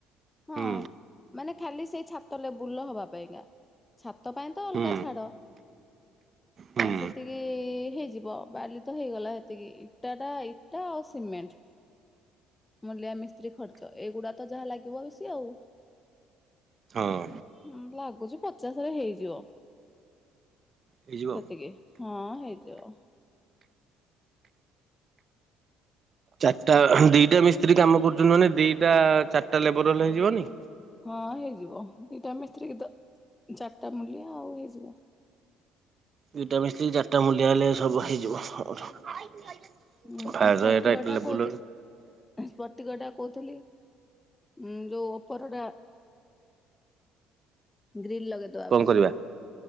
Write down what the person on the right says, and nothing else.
ହୁଁ
ହୁଁ
ହୁଁ
ହଁ।
ହେଇଯିବ
ଚାରିଟା ଦିଟା ମିସ୍ତ୍ରୀ କାମ କରୁଛନ୍ତି ମାନେ ଦିଟା ଚାରିଟା ଲେବର ହେଲେ ହେଇଯିବନି?
ଦିଟା ମିଶି ଚାରିଟା ମୂଲ୍ୟ ହେଲେ ସବୁ ହେଇଯିବ।
ଫାୟାର
ଏଟା ଏତେ ଲେବୁଲ
କଣ କରିବା?